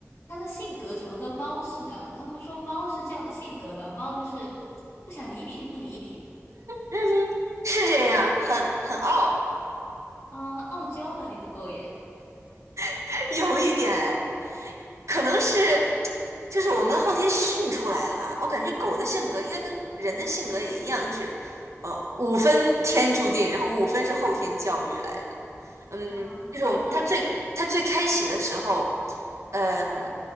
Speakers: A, on the left (about 60°); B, on the right (about 70°).
A: 他的性格怎么跟猫似的？他们说猫是这样的性格的，猫就是不想理你就不理你。
B: 嗯哼，是这样，很很傲，
A: 啊，很傲娇呢，你的狗也，
B: <laughs> 有一点哎。可能是就是我们后天训出来的吧。我感觉狗的性格应该跟人的性格也一样，就是呃五分天注定，然后五分是后天教育来的。嗯，
A: 啊，就它已经
B: 就是我们它最它最开始的时候，呃，